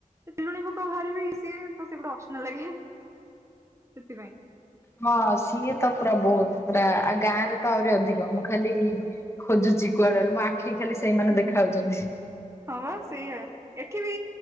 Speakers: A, on the right; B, on the left.
A: ତେଲୁଗୁନି ପୋକ ବାହାରିବେ ଇଏ ସିଏ ତ ସେଗୁଡ଼ା ଅସନା ଲାଗେ। ସେଥିପାଇଁ।
B: ହଁ ସିଏ ତ ପୁରା ବହୁତ ପୁରା ଆଉ ଗାଁ ରେ ତ ଆହୁରି ଅଧିକ ମୁଁ ଖାଲି ଖୋଜୁଛି କୁଆଡ଼େ ଗଲେ ମୋ ଆଖି କି ଖାଲି ସେଇମାନେ
A: ହୁଁ।
B: ଦେଖାହଉଛନ୍ତି।
A: ହଁ ବା ସେଇଆ ଏଠି ବି